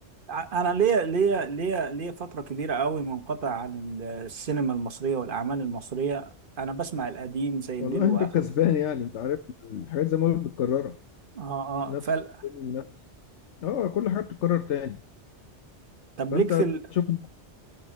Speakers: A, on the right; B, on the left.
A: ع- انا ليا ليا ليا ليا فتره كبيره قوي منقطع عن ال- السينما المصريه والاعمال المصريه انا بسمع القديم زي
B: والله
A: الليل واخره
B: انت الكسبان يعني انت عارف الحاجات زي ما قلت متكرره
A: اه اه
B: نفس
A: فال...
B: الفيلم نفس اه كل حاجه بتتكرر تاني
A: طب
B: فانت
A: ليك في ال...
B: تشوف